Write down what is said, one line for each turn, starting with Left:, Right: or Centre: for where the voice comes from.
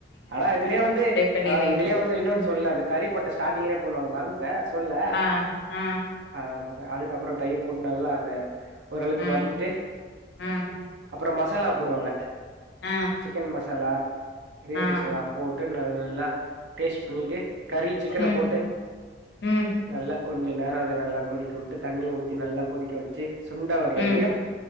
Right: ஆனா இதுலயே வந்து
Left: பண்ணிறீங்க
Right: அ இதுலயே வந்து இன்னோன்
Left: ம்
Right: சொல்ல அந்த கறிப்போட்ட ஸ்டார்ட்டிங்லயே போண்ணுவு அத மறந்துட்டேன் சொல்ல
Left: ஆ ஆ
Right: அ அப்ற அதுக்கப்புறோ தயிர் போட்டு நல்லா அத ஓரளவுக்கு
Left: ஆ
Right: வதக்கிட்டு
Left: ஆ
Right: அப்புறோ மசாலா போடுவாங்க
Left: ஆ
Right: சிக்கன் மசாலா கிரேவி
Left: ஆ
Right: மசாலா போட்டு நல்லா டேஸ்ட் பண்ணிட்டு கறி சிக்கன
Left: ம்
Right: போட்டு
Left: ம்
Right: நல்லா கொஞ்சம் நேரம் அதை நல்லா கொதிக்க விட்டு தண்ணியை ஊத்தி நல்லா கொதிக்க வச்சு சுண்டா வர்றரியா
Left: ம்